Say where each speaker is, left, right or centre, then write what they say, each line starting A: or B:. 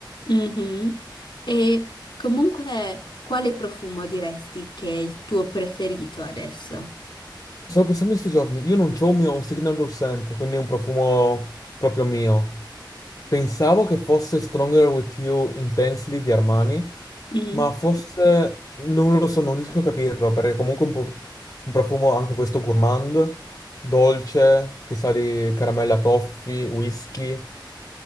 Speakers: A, on the left (about 70°); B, on the left (about 40°).
A: Mhm. E comunque, quale profumo diresti che è il tuo preferito adesso?
B: Stavo pensando in questi giorni, io non c'ho un mio Signature Scent, quindi è un profumo proprio mio. Pensavo che fosse Stronger With You Intensely di Armani,
A: Mhm.
B: ma forse non lo so, non riesco a capirlo, perché comunque è un, po- Un profumo anche questo gourmand, dolce, che sa di caramella toffee, whisky.